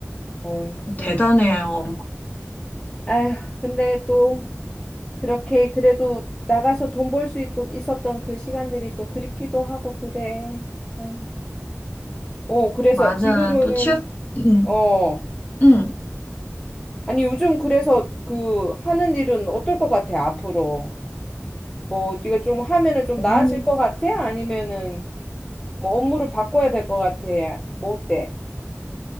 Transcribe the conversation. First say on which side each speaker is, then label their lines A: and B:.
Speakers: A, on the left; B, on the left.
A: 어, 그럼
B: 대단해요.
A: 아휴, 근데 또 그렇게 그래도 나가서 돈 벌 수 있었던 그 시간들이 또 그립기도 하고 그래. 아휴. 오, 그래서
B: 맞아.
A: 지금은
B: 또 취업, 응,
A: 어.
B: 응.
A: 아니, 요즘 그래서 그 하는 일은 어떨 것 같아, 앞으로? 뭐, 네가 좀 하면은 좀
B: 어머니.
A: 나아질 것 같아? 아니면은 뭐 업무를 바꿔야 될 것 같아? 뭐 어때?